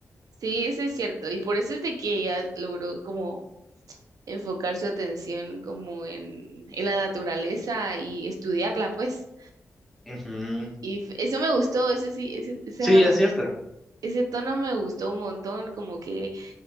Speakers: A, on the right (about 80°); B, in the centre.
A: Sí, eso es cierto. Y por eso es de que ella logró como enfocar su atención como en, en la naturaleza y estudiarla, pues.
B: Ujú.
A: Y f- eso me gustó, eso sí, ese, esa,
B: Sí, es cierto.
A: ese tono me gustó un montón, como que